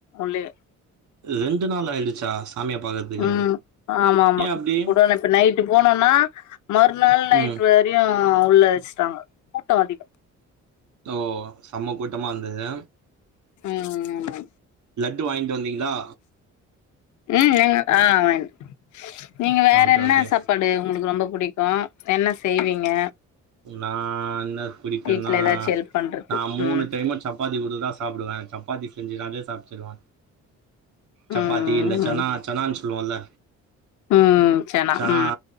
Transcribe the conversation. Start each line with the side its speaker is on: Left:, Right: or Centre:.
Left: உள்ளயே
Right: ரெண்டு நாள் ஆய்டுச்சா சாமிய பாக்கறதுக்கு
Left: ம் ஆமாமா
Right: ஏ அப்டி
Left: குடோனு இப்ப நைட்டு போனோனா மறுநாள் நைட்
Right: ம்
Left: வரையு உள்ள வெஸ்ட்டாங்க கூட்டோ அதிகோ
Right: ஓ செம்ம கூட்டமா இர்ந்தது
Left: ம் ஆமா
Right: லட்டு வாய்ங்ட்டு வந்தீங்களா
Left: ம் நீங்க ஆ வாய்ங்ட்டே நீங்க வேற
Right: ஓகே
Left: என்ன
Right: ஓகே
Left: சாப் பாடு உங்களுக் ரொம்ப புடிக்கு என்ன செய்வீங்க
Right: நா என்ன பிடிக்குன்னா
Left: வீட்ல ஏதாச்சு ஹெல்ப் பண்றது
Right: நா மூணு
Left: ம்
Right: டைமு சப்பாத்தி குடுத்தா சாப்புடுவே சப்பாத்தி செஞ்சு நாள்லே சாப்ச்சிருவே சப்பாத்தி
Left: ம்
Right: இந்த சனா
Left: ம்
Right: சனான் சொல்லுவோல்ல
Left: ம்
Right: சனா
Left: ம்